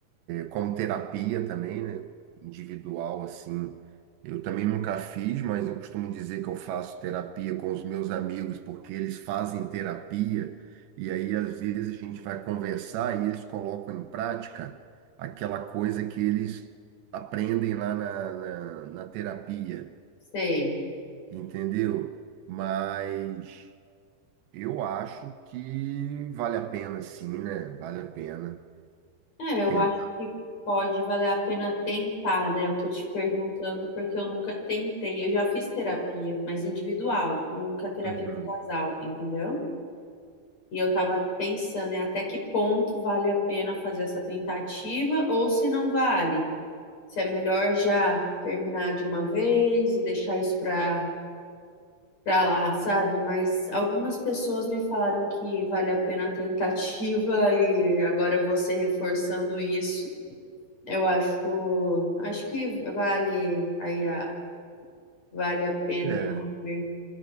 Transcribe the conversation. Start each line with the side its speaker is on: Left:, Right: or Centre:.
Right: Como terapia também, né? Individual, assim. Eu também nunca fiz, mas eu costumo dizer que eu faço terapia com os meus amigos, porque eles fazem terapia, e aí às vezes a gente vai conversar e eles colocam em prática aquela coisa que eles aprendem lá na, na, na terapia,
Left: sei.
Right: entendeu? Mas eu acho que vale a pena, sim, né? Vale a pena
Left: É, eu
Right: tentar.
Left: acho que pode valer a pena tentar, né? Eu tô te perguntando porque eu nunca tentei. Eu já fiz terapia, mas individual, nunca terapia
Right: Uhum.
Left: de casal, entendeu? E eu tava pensando, né, até que ponto vale a pena fazer essa tentativa ou se não vale. Se é melhor já terminar de uma vez e deixar isso pra, pra lá, sabe? Mas algumas pessoas me falaram que vale a pena a tentativa <laughs> e agora você reforçando isso. Eu acho, acho que vale aí a, vale a pena,
Right: É.
Left: vamos ver.